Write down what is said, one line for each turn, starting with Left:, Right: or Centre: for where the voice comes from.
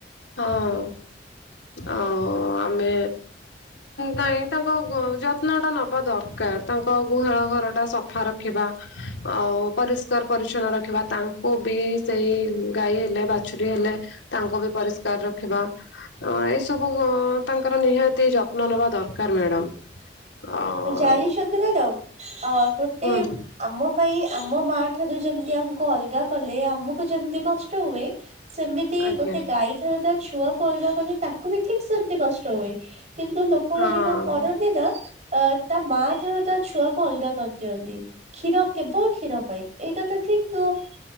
Left: ହଁ ହ ଆମେ ନାଇଁ ତାଙ୍କ ଯତ୍ନ ଟା ନବା ଦରକାର ତାଙ୍କ ଗୁହାଳ ଘର ଟା ସଫା ରଖିବା? ଆଉ ପରିଷ୍କାର ପରିଚ୍ଛନ୍ନ ରଖିବା ତାଙ୍କୁ ବି ସେଇ ଗାଈ ହେଲେ ବାଛୁରୀ ହେଲେ। ତାଙ୍କୁ ବି ପରିଷ୍କାର ରଖିବା। ଅ ଏ ସବୁ ତାଙ୍କର ନିହାତି ଯତ୍ନ ନେବା ଦରକାର ମ୍ୟାଡାମ। ଆଉ
Right: ଜାଣିି ଛ ନ୍ତି ମ୍ୟାଡ଼ାମ ଅ ଗୋଟ
Left: କୁହନ୍ତୁ?
Right: ଆମ ପାଇଁ ଆମ ମା ଠାରୁ ଯେମତି ଆମୁକୁ ଅଲଗା କଲେ ଆମକୁ ଯେମତି କଷ୍ଟ ହୁଏ ସେମିତି
Left: ଆଜ୍ଞା
Right: ଗୋଟେ ଗାଈ ଠାରତ ଛୁଆ କୁ ଅ ଲଗା କଲେ ତାକୁ ବି ଠିକ୍ ସେମତି କଷ୍ଟ ହୁଏ କିନ୍ତୁ ଲୋକମାନେ
Left: ହଁ।
Right: କଣ କରନ୍ତି ତ ତାଆ ତା ମା ଠାରୁ ତା ଛୁଆକୁ ଅଲଗା କରିଦିଅନ୍ତି। କ୍ଷୀର କେବଳ କ୍ଷୀର ପାଇଁ ଏଇଟା ତ ଠିକ୍ ନୁହଁ